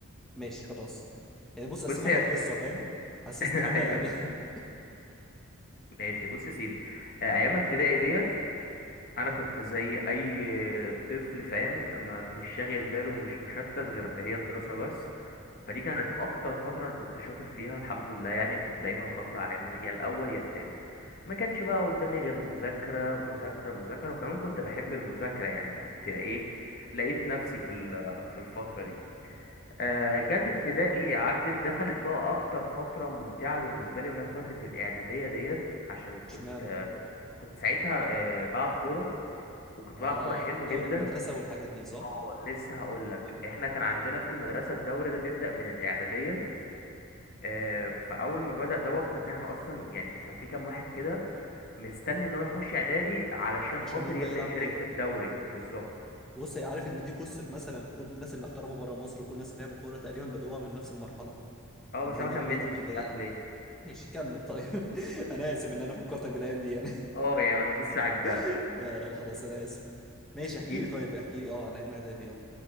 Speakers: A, in the centre; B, on the left.
A: ماشي خلاص يعني بص اقسمك
B: بص يا...
A: القصه فاهم حسسني
B: <laughs>
A: كده
B: أيوه
A: يعني <laughs>
B: ماشي بص يا سيدي آه، أيام ابتدائي ديت انا كنت زي اي طفل فاهم ما مش شاغل باله ومش مشتت غير بهي الدراسه بس فدي كانت اكتر فتره انا كنت شاطر فيها الحمد لله يعني وكنت دايما بطلع من يا الاول يا التالت ما كانش بقى قدامي غير مذاكره مذاكره مذاكره وكمان كنت بحب المذاكره يعني كنت ايه لقيت نفسي في ال- في الفتره دي آه، جت ابتدائي عدت دخلت بقى اكتر فتره ممتعه بالنسبه لي وهي فتره الاعداديه ديت عشان
A: اشمعنى
B: كنت كنت كنت ساعتها آه، بلعب كوره وكنت
A: اه
B: بلعب كوره حلو
A: دوري
B: جدا
A: المدرسه والحاجات دي صح
B: اه لسه هقول لك
A: مم.
B: احنا كان عندنا في المدرسه الدوري ده بيبدا من الاعداديه آه، فاول ما بدا دوت كنا احنا اصلا يعني كان في كام واحد كده مستني ان هو يخش اعدادي علشان
A: عشان
B: خاطر
A: يبدا
B: يبدا
A: يلعب
B: يشارك
A: كوره
B: في الدوري بالظبط
A: بص هي عارف ان دي قصه مثلا كل الناس اللي احترفوا بره مصر وكل الناس اللي لعبوا كوره تقريبا بدوها من نفس المرحله
B: اه
A: ان
B: بس
A: هي
B: انا ما
A: مرحله
B: كملتش
A: ابتدائي
B: مش عارف ليه
A: ماشي كمل طيب <laughs> انا اسف ان انا فكرتك بالايام دي يعني
B: اه يعني ما تدوسش على الجرح
A: <laughs> لا لا خلاص انا اسف ماشي احكي
B: جيت
A: لي طيب احكي لي اه عن ايام اعدادي يلا